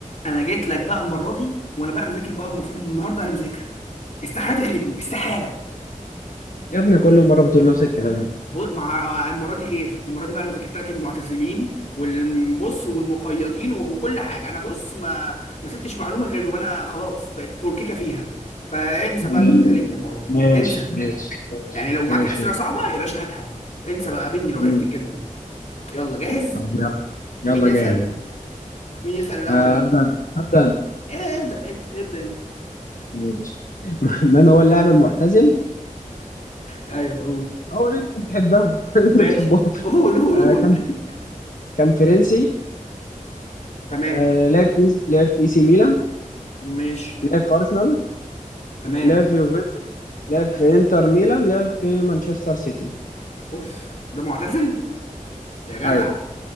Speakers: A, on the left; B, on the left.
A: انا جيت لك بقى المره دي وانا بقى مذاكر بقى المفروض إن النهارده انا مذاكر استحاله تغلبني استحاله
B: يا ابني كل مرة بتقول نفس الكلام
A: بو- مع المره دي غير المره دي بقى انا ذاكرت لك المعتزلين والبص والمقيدين و- وكل حاجه انا بص ما ما سبتش معلومه غير وانا خلاص بقت فوركيكه فيها فانسى
B: مم.
A: بقى ان انت تغلبني المره دي
B: ماشي
A: انسى
B: ماشي ماشي
A: يعني لو معاك
B: ماشي
A: اسئله صعبه يا باشا هاتها انسى بقى قابلني لو
B: مم.
A: عرفت تجيبني يلا جاهز
B: طب يلا يلا
A: مين يسال
B: جاهز يلا.
A: مين يسال الاول
B: آه، أبدأ أبدأ أنا.
A: إيه، ابدا انت ابدا انت
B: ماشي <laughs> من هو اللاعب المعتزل؟
A: ايوه قول
B: هو اللي أنت بتحبهم <laughs> اللي
A: ماشي
B: أنت بتحبهم
A: قول قول
B: آه،
A: قول
B: كان
A: <laughs>
B: كان فرنسي
A: تمام
B: آه، لعب في لعب في اي سي ميلان
A: ماشي
B: لعب في أرسنال
A: تمام
B: لعب في يوفنتوس لعب في إنتر ميلان لعب في مانشستر سيتي
A: اوف ده معتزل يا جدع
B: أيوه